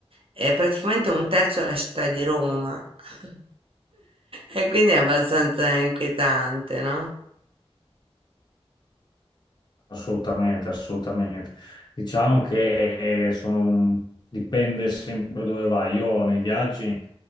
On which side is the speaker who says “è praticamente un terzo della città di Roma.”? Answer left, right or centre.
Right